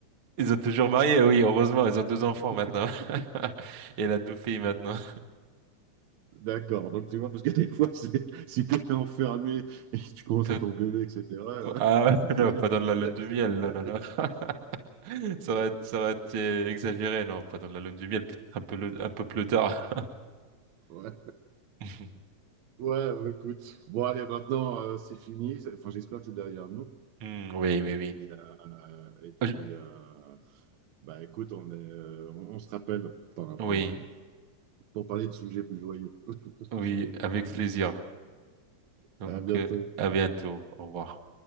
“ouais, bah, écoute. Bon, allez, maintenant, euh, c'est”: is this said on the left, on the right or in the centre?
Right